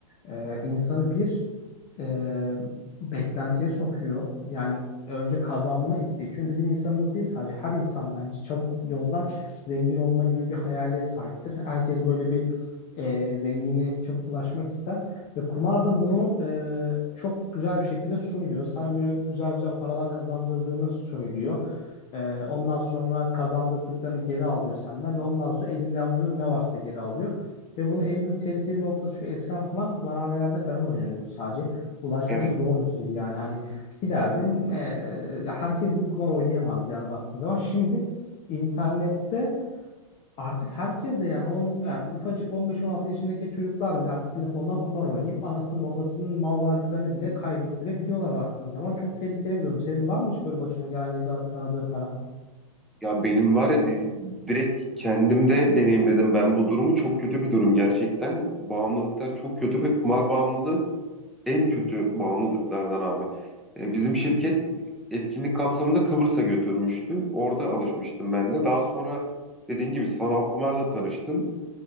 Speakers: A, on the left; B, in the centre.
A: E, insanı bir e, beklentiye sokuyor. Yani önce kazanma isteği. Çünkü bizim insanımız değil sadece her insan bence çabuk yoldan zengin olma gibi bir hayale sahiptir. Herkes böyle bir e, zenginliğe çabuk ulaşmak ister. Ve kumar da bunu e, çok güzel bir şekilde sunuyor. Sana böyle güzel güzel paralar kazandırdığını söylüyor. Ee, ondan sonra kazandırdıklarını geri alıyor senden ve ondan sonra elinde avucunda ne varsa geri alıyor. Ve bunun en büyük tehlikeli noktası şu eskiden kumar kumarhanelerde falan oynanıyordu sadece. Ulaşması
B: Evet.
A: zor bir şeydi yani hani giderdin ee, herkes gidip kumar oynayamazdı yani baktığın zaman. Şimdi internette artık herkes de yani, on, yani ufacık 15-16 yaşındaki çocuklar bile artık telefondan kumar oynayıp anasının babasının mal varlıklarını bile kaybettirebiliyorlar baktığın zaman. Çok tehlikeli bir durum. Senin var mı hiç böyle başına gelen ya da tanıdığın falan?
B: Ya benim var ya diz- direkt kendimde deneyimledim ben bu durumu. Çok kötü bir durum gerçekten. Bağımlılıklar çok kötü ve kumar bağımlılığı en kötü bağımlılıklardan abi. E, bizim şirket etkinlik kapsamında Kıbrıs'a götürmüştü. Orada alışmıştım ben de. Daha sonra dediğim gibi sanal kumarla tanıştım.